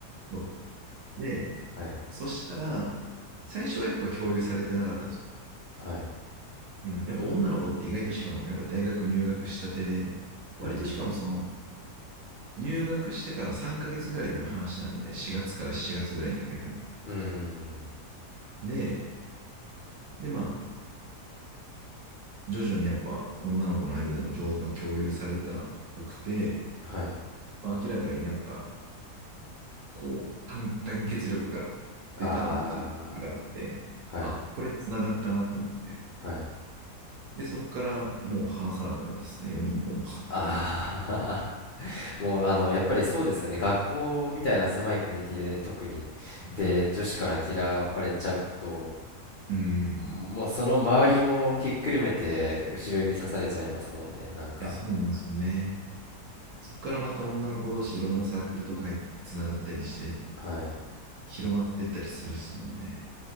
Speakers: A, on the right; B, on the left.
A: よ。そで、
B: はい
A: そしたら、最初はやっぱ共有されてなかったんですよ。
B: はい
A: うん。やっぱ女の子って意外としかも、やっぱ大学入学したてで、割としかもその、
B: うん
A: 入学してから3ヶ月ぐらいでの話なんで、4月から7月ぐらいにかけての。
B: うん
A: で、で、まあ、徐々にやっぱ女の子の間でも情報が共有されたっぽくて、
B: はい
A: まあ、明らかになんかこう、団団結力が出たなっていう気があって、
B: ああーはい
A: あ、これ繋がったなと思って。
B: はい
A: で、そこからもう話さなくなったですね、4人とも。
B: ああ、<laughs> もうあの、やっぱりそうですよね。学校みたいな狭いコミュニティで特に、
A: うん。
B: で、女子から嫌われちゃうと、
A: うん
B: もうその周りもひっくるめて後ろ指さされちゃいますもんね。なんか、
A: いや、そうなんですよね。そこからまた女の子同士いろんなサークルとか入ってて繋がったりして、
B: はい。
A: 広まってったりするっすもんね。